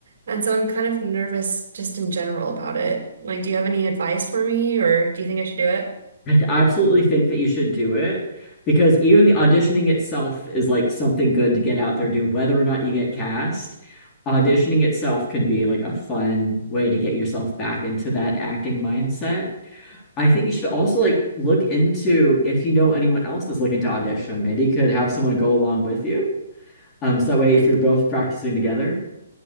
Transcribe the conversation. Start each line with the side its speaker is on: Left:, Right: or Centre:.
Right: and so I'm kind of nervous just in general about it. Like, do you have any advice for me, or do you think I should do it?
Left: I th- I absolutely think that you should do it because even the auditioning itself is like something good to get out there and do, whether or not you get cast. Auditioning itself can be like a fun way to get yourself back into that acting mindset. I think you should also like look into if you know anyone else that's looking to audition. Maybe you could have someone go along with you. Um, so that way,
Right: I
Left: if
Right: th-
Left: you're both practicing together,